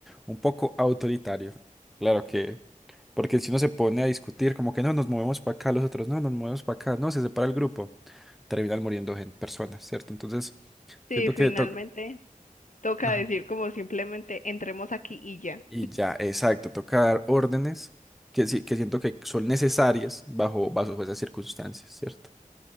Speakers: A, in the centre; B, on the left (about 65°).
A: un poco autoritario, claro que... Porque si uno se pone a discutir, como que no, nos movemos para acá, los otros no, nos movemos para acá, no, se separa el grupo, terminan muriendo gen- personas, ¿cierto? Entonces,
B: Sí,
A: siento
B: finalmente
A: que toca...
B: toca
A: Ajá.
B: decir como simplemente entremos aquí y ya.
A: Y ya, exacto, toca dar órdenes que, sí, que siento que son necesarias bajo, bajo esas circunstancias, ¿cierto?